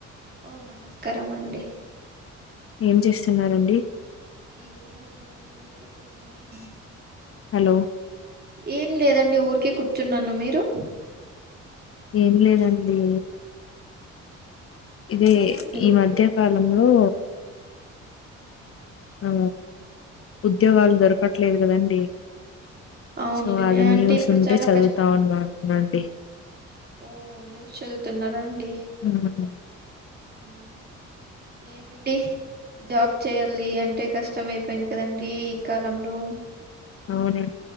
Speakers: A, on the right; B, on the left.
A: ఓ నమస్కారం అండి
B: ఏం చేస్తున్నారండి
A: ఏం లేదండి ఊరికే కూర్చున్నాను
B: హలో
A: ఏం లేదండి ఊరికే కూర్చున్నాను మీరు
B: ఏం లేదండి ఇదే
A: తిన్నారా అండి
B: ఈ మధ్యకాల లంలో ఆ ఉద్యోగాలు దొరకట్లేదు కదండి
A: అవునులే
B: సో అది
A: అంటే
B: న్యూస్
A: ఇప్పుడు
B: ఉంటే
A: చాలా
B: చదువుతా
A: కష్టం
B: ఉన్నానండి
A: కదండి ఓ న్యూస్ చదువుతున్నారాండి
B: ఉమ్,
A: మ్మ్ ఏమండి జాబ్ చేయాలి అంటే కష్టం అయిపోయింది కదండి ఈ కాలంలో
B: అవును